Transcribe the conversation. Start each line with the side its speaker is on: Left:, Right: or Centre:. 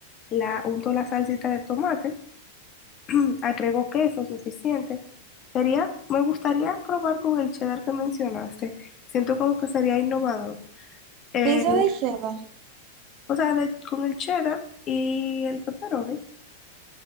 Left: la unto la salsita de tomate, <clears throat> agrego queso suficiente. Sería, me gustaría probar con el cheddar que mencionaste. Siento como que sería innovador. Eh,
Right: Pizza de cheddar.
Left: o sea, de- con el cheddar y el pepperoni.